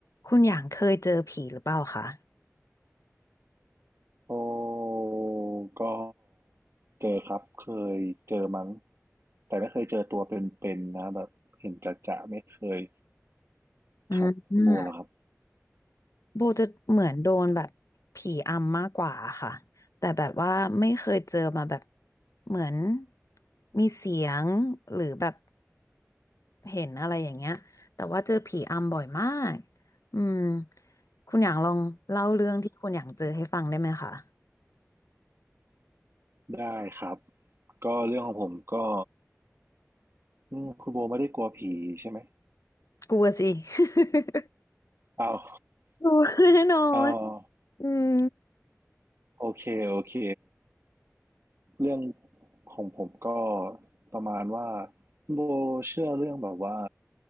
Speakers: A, on the left; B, on the right.
A: คุณอย่างเคยเจอผีหรือเปล่าคะ
B: โอ้ก็เจอครับเคยเจอมั้งแต่ไม่เคยเจอตัวเป็นๆนะแบบเห็นจะๆไม่เคย
A: อืมอืม
B: ครับคุณโบล่ะครับ
A: โบจะเหมือนโดนแบบผีอำมากกว่าค่ะแต่แบบว่าไม่เคยเจอมาแบบเหมือนมีเสียงหรือแบบเห็นอะไรอย่างเงี้ยแต่ว่าเจอผีอำบ่อยมากอืมคุณอย่างลองเล่าเรื่องที่คุณอย่างเจอให้ฟังได้ไหมคะ
B: ได้ครับก็เรื่องของผมก็อืมคุณโบไม่ได้กลัวผีใช่ไหม
A: กลัวสิ <laughs>
B: อ้าว
A: กลัวแน่นอน
B: อ้าว
A: อืม
B: โอเคโอเคเรื่องของผมก็ประมาณว่าคุณโบเชื่อเรื่องแบบว่า